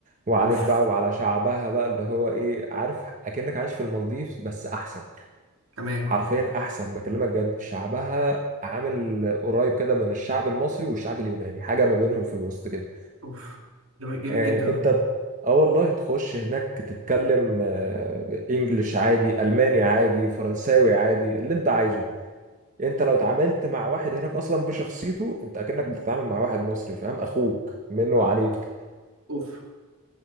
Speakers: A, on the right; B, on the right.
A: وعليك
B: اوف
A: بقى وعلى شعبها بقى اللي هو ايه عارف اكنك عايش في المالديف بس احسن
B: تمام
A: حرفيا احسن بكلمك جد شعبها عامل قريب كده من الشعب المصري والشعب اليوناني حاجة ما بينهم في الوسط كده
B: اوف جامد جامد
A: آه،
B: جدا
A: انت اه والله تخش هناك تتكلم آه، انجلش عادي الماني عادي فرنساوي عادي اللي انت عايزه انت لو اتعاملت مع واحد هناك اصلا بشخصيته انت اكنك بتتعامل مع واحد مصري فاهم اخوك منه وعليك
B: اوف